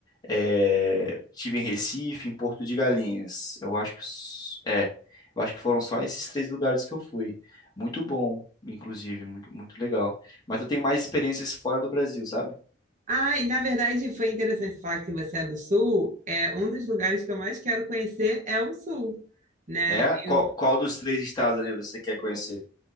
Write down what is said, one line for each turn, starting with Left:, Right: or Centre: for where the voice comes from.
Left: é, tive em Recife, em Porto de Galinhas. Eu acho que s- é, eu acho que foram só esses três lugares que eu fui. Muito bom, inclusive, muito, muito legal. Mas eu tenho mais experiências fora do Brasil, sabe?
Right: Ah, e na verdade foi interessante você falar que você é do Sul. É um dos lugares que eu mais quero conhecer é o Sul, né?
Left: É, qual,
Right: Eu,
Left: qual dos três estados ali você quer conhecer?